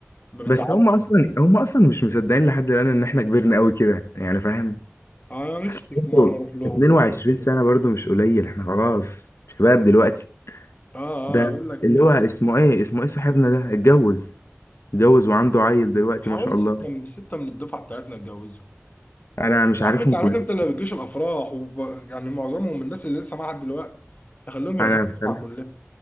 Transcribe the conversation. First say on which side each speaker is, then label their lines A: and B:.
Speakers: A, on the left; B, on the left.
A: ما بتزعلش
B: بس هم اصلا
A: برضه.
B: هم اصلا مش مصدقين لحد الان ان احنا كبرنا قوي كده يعني فاهم
A: انا نفسي
B: اصل
A: في
B: برضه
A: مرة اروح لهم
B: 22
A: هناك
B: سنه برضه مش قليل احنا خلاص شباب دلوقتي
A: اه اه
B: ده
A: انا بقول لك
B: اللي هو اسمه ايه اسمه ايه صاحبنا ده اتجوز اتجوز وعنده عيل دلوقتي
A: حوالي
B: ما شاء الله
A: ستة من ستة من الدفعة بتاعتنا اتجوزوا
B: انا مش
A: يا
B: عارفهم
A: عم انت على
B: كلهم
A: فكره انت اللي بتجيش الافراح وب... يعني معظمهم من الناس اللي لسه معاها لحد دلوقتي تخليهم يعزموا
B: انا بصراحه
A: الدفعه كلها